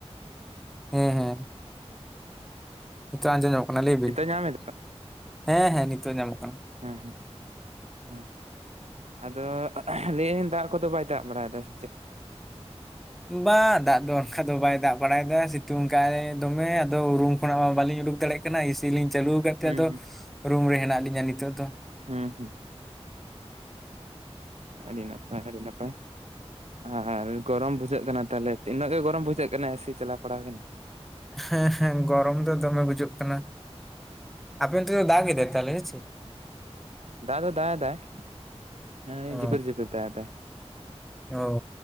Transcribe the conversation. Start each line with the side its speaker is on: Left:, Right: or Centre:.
Centre: ᱦᱮᱸ ᱦᱮᱸ᱾ ᱱᱤᱛᱚᱜ ᱟᱸᱡᱚᱢ ᱧᱟᱢᱚᱜ ᱠᱟᱱᱟ ᱞᱟᱹᱭ ᱵᱤᱱ
Right: ᱱᱤᱛᱚᱜ ᱧᱟᱢ ᱮᱫᱟ
Centre: ᱾ ᱦᱮᱸ ᱦᱮᱸ ᱱᱤᱛᱚᱜ ᱟᱸᱡᱟᱢᱚᱜ ᱠᱟᱱᱟ᱾
Right: ᱦᱮᱸ ᱦᱮᱸ ᱦᱮᱸ᱾ ᱟᱫᱚ ᱞᱟᱹᱭᱟᱹᱧ ᱫᱟᱜ ᱠᱚᱫᱚ ᱵᱟᱭ ᱫᱟᱜ ᱵᱟᱲᱟᱭᱮᱫᱟ ᱥᱮ ᱪᱮᱫ?
Centre: ᱵᱟᱝ ᱫᱟᱜ ᱫᱚ ᱚᱱᱠᱟ ᱫᱚ ᱵᱟᱭ ᱫᱟᱜ ᱵᱟᱲᱟᱭᱮᱫᱟ ᱥᱤᱛᱩᱝ ᱠᱟᱭ ᱫᱚᱢᱮ᱾ ᱟᱫᱚ ᱨᱩᱢ ᱠᱷᱚᱱᱟᱜ ᱢᱟ ᱵᱟᱹᱞᱤᱧ ᱩᱰᱩᱠ ᱫᱟᱲᱮᱭᱟᱜ ᱠᱟᱱᱟ ᱮᱥᱤ ᱞᱤᱧ ᱪᱟᱹᱞᱩ ᱠᱟᱫ ᱛᱮ
Right: ᱦᱩᱸ
Centre: ᱟᱫᱚ
Right: ᱦᱩᱸ
Centre: ᱨᱩᱢ ᱨᱮ ᱦᱮᱱᱟᱜ ᱞᱤᱧᱟ ᱱᱤᱛᱚᱜ ᱫᱚ᱾
Right: ᱦᱮᱸ ᱦᱮᱸ᱾ ᱟᱹᱰᱤ ᱱᱟᱯᱟᱭ ᱟᱹᱰᱤ ᱱᱟᱯᱟᱭ, ᱟᱨ ᱜᱚᱨᱚᱢ ᱵᱩᱡᱷᱟᱹᱜ ᱠᱟᱱᱟ ᱛᱟᱦᱚᱞᱮ ᱩᱱᱟᱹᱜ ᱜᱮ ᱜᱚᱨᱚᱢ ᱵᱩᱡᱷᱟᱹᱜ ᱠᱟᱱᱟ ᱮᱥᱤ ᱪᱟᱞᱟᱣ ᱯᱟᱲᱟᱣ ᱦᱩᱭᱱᱟ ᱾
Centre: ᱦᱮᱸ ᱦᱮᱸ ᱜᱚᱨᱚᱢ ᱫᱚ ᱫᱚᱢᱮ ᱵᱩᱡᱩᱜ ᱠᱟᱱᱟ ᱾ ᱟᱯᱮ ᱚᱱᱛᱮᱫᱚ ᱫᱟᱜ ᱠᱮᱫᱟᱭ ᱛᱟᱦᱚᱞᱮ ᱦᱮᱸ ᱪᱮ?
Right: ᱫᱟᱜ ᱫᱚ ᱫᱟᱜ ᱮᱫᱟᱭ ᱦᱩᱸ
Centre: ᱚ
Right: ᱡᱷᱤᱯᱤᱨ ᱡᱷᱤᱯᱤᱨ ᱫᱟᱜ ᱮᱫᱟᱭ ᱾
Centre: ᱚ